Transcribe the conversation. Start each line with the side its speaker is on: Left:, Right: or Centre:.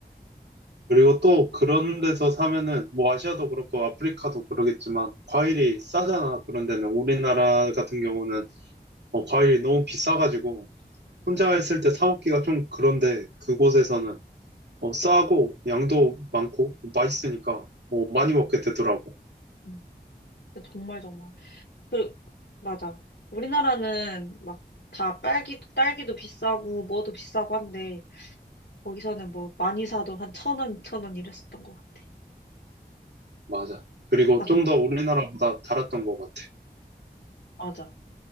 Right: 그리고 또 그런 데서 사면은, 뭐 아시아도 그렇고 아프리카도 그러겠지만, 과일이 싸잖아. 그런 데는. 우리나라 같은 경우는, 어, 과일이 너무 비싸가지고, 혼자 했을 때 사 먹기가 좀 그런데, 그곳에서는, 어, 싸고, 양도 많고, 맛있으니까, 어, 많이 먹게 되더라고.
Left: 음. 근데 정말 정말. 그 맞아. 우리나라는 막 다 딸기도 딸기도 비싸고 뭐도 비싸고 한데 거기서는 뭐 많이 사도 한 천 원, 이천 원 이랬었던 것 같아.
Right: 맞아. 그리고
Left: 나
Right: 좀
Left: 그,
Right: 더 우리나라보다 달았던 것 같아.
Left: 맞아.